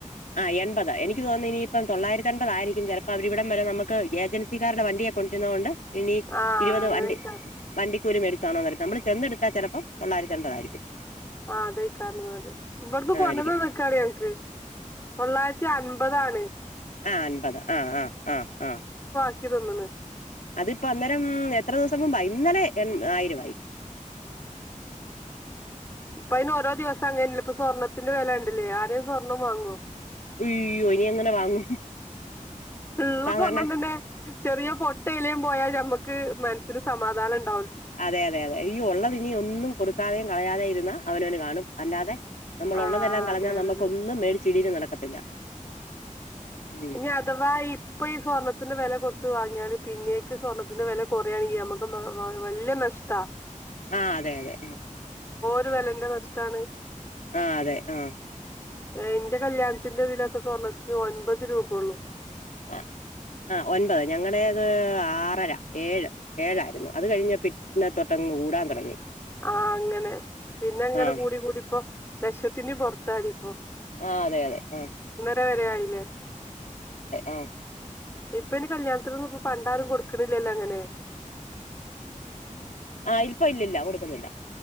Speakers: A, on the left; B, on the left.
A: ആ എൻപതാ എനിക്ക് തോന്നുന്നേ ഇനിയിപ്പം തൊള്ളായിരത്തി അൻപത് ആയിരിക്കും ചിലപ്പോ അവരിവിടം വരെ നമുക്ക് ഏജൻസിക്കാരുടെ വണ്ടിയേ കൊണ്ടു വരുന്നത് കൊണ്ട് ഇനി
B: ആഹ്
A: ഇരുപത്
B: അങ്ങനെക്കാരം
A: വണ്ടി വണ്ടി കൂലി <inaudible> നമ്മൾ ചെന്നെടുത്താൽ ചിലപ്പോ തൊള്ളായിരത്തി എൻപതായിരിക്കും
B: ആ അതെകാരം ന്നാല് ഇവട്ന്ന്
A: ആ
B: കൊണ്ടെന്ന്
A: ആയിരിക്കും
B: തന്നക്കാണ് ഞങ്ങൾക്ക് തൊള്ളായിരത്തി അൻപത് ആണ്
A: ആഹ് അൻപത് ആഹ് ആഹ് ആഹ്
B: നിക്ക് തിന്ന്ണ്
A: അതിപ്പ അന്നേരം എത്ര ദിവസം മുമ്പ ഇന്നലെ ആയിരവായി
B: ഇപ്പ ഈ നോട്ട് ഓരോ ദിവസം അങ്ങനല്ലെ ഇപ്പൊ സ്വർണ്ണത്തിന്റെ വില കണ്ടില്ലേ ആരേലും സ്വർണ്ണം വാങ്ങോ
A: അയ്യോ ഇനി എങ്ങനെ വാങ്ങും
B: ഉള്ള
A: സാധാരണ
B: സ്വർണ്ണം തന്നെ ചെറിയ പൊട്ടിയേലും പോയാൽ നമ്മക്ക് മനസ്സിന് സമാധാനം ഉണ്
A: അതെ അതെ അതെ ഈ ഉള്ളത് ഇനി ഒന്നും കൊടുക്കാതെ കളയാതേം ഇരുന്ന അവനോന് കാണും അല്ലാതെ നമ്മള്
B: ആഹ്
A: ഉള്ളതെല്ലാം കളഞ്ഞാൽ
B: അതെ അതെ
A: നമുക്കൊന്നും
B: അതെ
A: മേടിച്ച് തീരെ നടക്കത്തില്ല ഉം
B: ഇനി അഥവാ ഇപ്പൊ ഈ സ്വർണ്ണത്തിന്റെ വില കൊടു കൊടുത്തു വാങ്ങിയാലും പിന്നേക്ക് സ്വർണത്തിന്റെ വില കുറയാണെങ്കിൽ നമുക്ക് നമുക്ക് ഒന്ന് വാങ്ങൽ വല്ല്യ നഷ്ട
A: ആഹ് അതെ അതെ
B: എന്ത് വെലേന്റെ നഷ്ട്ടാണ്
A: ആഹ് അതെ ആഹ്
B: എന്റെ കല്യാണത്തിന്റെ ഇതിലൊ സ്വർണ്ണത്തിന് ഒൻപത് രൂപെള്ളു
A: ആഹ് ഒൻപത് ഞ ഏഴ് ഏഴായിരുന്നു അത് കഴിഞ്ഞ് പിന്നെ തൊട്ടങ്ങ് കൂടാൻ തുടങ്ങി
B: ആഹ് അങ്ങനെ പിന്നെ അങ്ങനെ
A: ആ
B: കൂടി കൂടി ഇപ്പൊ ലക്ഷത്തിന്റെ പുറത്തായി
A: ആഹ് അതെ അതെ ആഹ്
B: ഇത് വരെ ആയില്ലേ
A: ആ
B: ഇപ്പൊ ഇനി കല്യാണത്തിനൊന്നും പണ്ടാരും കൊടുക്കണില്ലല്ലോ അങ്ങനെ
A: ആഹ് ഇപ്പ ഇല്ലില്ല കൊടുക്കുന്നില്ല